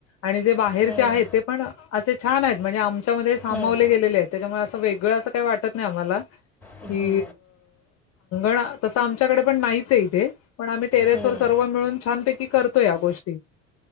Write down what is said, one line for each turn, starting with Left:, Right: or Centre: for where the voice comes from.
Left: आणि जे बाहेरचे
Centre: हं,
Left: आहेत ते पण असे छान आहेत म्हणजे आमच्यामध्ये सामावले
Centre: हं,
Left: गेलेले आहेत त्याच्यामुळे असं वेग ळ असं काही वाटत नाही आम्हाला की
Centre: हं,
Left: ण तसं आमच्याकडे पण नाहीच आहे इथे पण आम्ही टेरेस
Centre: हं.
Left: वर सर्व मिळून छानपैकी करत तो या गोष्टी